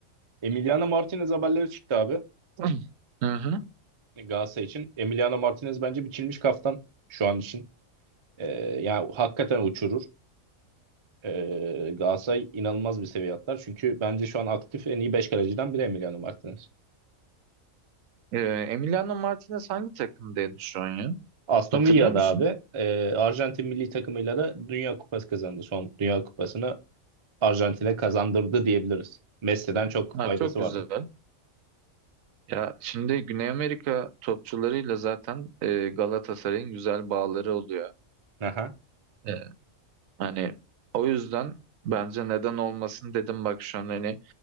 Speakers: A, on the right; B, on the right.
A: Emiliano Martinez haberleri çıktı abi
B: <clears throat> Hı hı.
A: e, Galatasaray için. Emiliano Martinez bence biçilmiş kaftan şu an için. Ee, yani hakikaten uçurur. Ee, Galatasaray inanılmaz bir seviye atlar. Çünkü bence şu an aktif en iyi 5 kaleciden biri Emiliano Martinez.
B: Ee, Emiliano Martinez hangi takımdaydı şu an ya?
A: Aston
B: Hatırlıyor
A: Villa'da
B: musun?
A: abi e, Arjantin milli takımıyla da Dünya Kupası kazandı. Son Dünya Kupası'nı Arjantin'e kazandırdı diyebiliriz. Messi'den çok
B: Ha,
A: faydası
B: çok güzel.
A: vardı.
B: Ya şimdi Güney Amerika topçularıyla zaten e, Galatasaray'ın güzel bağları oluyor.
A: Aha.
B: E, hani o yüzden bence neden olmasın dedim bak şu an hani